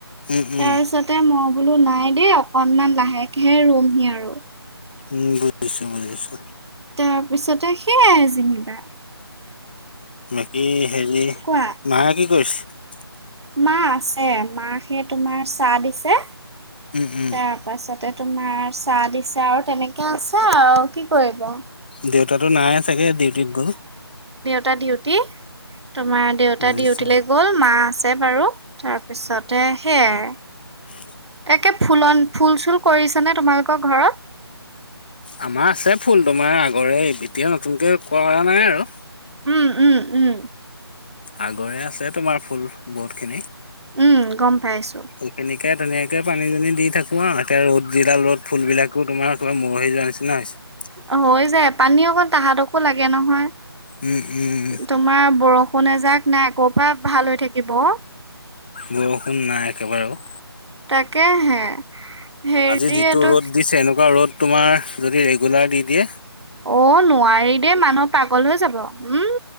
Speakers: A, on the left; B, on the right.
A: উম উম
B: তাৰপিছতে মই বোলো নাই দেই, অকনমান লাহেকেহে ৰুম হি আৰু।
A: উম, বুজিছো বুজিছো।
B: তাৰপিছতে সেইয়াই যেনিবা।
A: বাকী হেৰি,
B: কোৱা
A: মায়ে কি কৰিছে?
B: মা আছে, মা সে তোমাৰ চাহ দিছে
A: উম, উম।
B: তাৰ পাছতে তোমাৰ চাহ দিছে আৰু তেনেকে আছে আৰু কি কৰিব?
A: দেউতাটো নাই চাগে, ডিউটিত গ'ল?
B: টা ডিউটি তোমাৰ দেউতা
A: বুজিছো।
B: ডিউটিলৈ গ'ল মা আছে বাৰু তাৰপিছতে সেয়াই।
A: <inaudible>
B: একে ফুলন ফুল চুল কৰিছ নে তোমালোকৰ ঘৰত?
A: আমাৰ আছে ফুল তোমাৰ আগৰে এতিয়া নতুনকে কৰা নাই আৰু।
B: উম উম উম।
A: আগৰে আছে তোমাৰ ফুল বহুতখিনি।
B: উম গম পাইছো।
A: সেইখিনিকে ধুনীয়াকে পানী চানি দি থাকো আৰু এতিয়া ৰ'দ যিডাল ৰ'দ ফুল বিলাকো তোমাৰ একেবাৰে মৰহি যোৱা নিছি <unintelligible>
B: অ হৈ যায় অ তাহাঁতকো লাগে নহয়।
A: উম, উম,
B: তোমাৰ বৰষুণ এযাক নাই ক'ৰ পৰা ভাল হৈ থাকিব ও।
A: বৰষুণ নাই একেবাৰে অ'
B: তাকেহে হেৰি
A: আজি যিটো
B: এইটো
A: ৰ'দ দিছে এনেকুৱা ৰ'দ তোমাৰ যদি ৰেগুলাৰ দি দিয়ে
B: অ' নোৱাৰি দেই মানুহ পাগল হৈ যাব উম